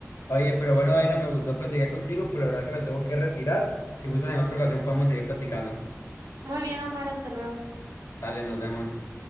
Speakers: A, on the left (about 75°); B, on the right (about 80°).
A: Oye, pero bueno, Aira, me gustó platicar contigo, pero la verdad que me tengo que retirar. Si gustas, en otra ocasión podemos seguir platicando.
B: Muy bien, Omar, hasta luego.
A: Dale, nos vemos.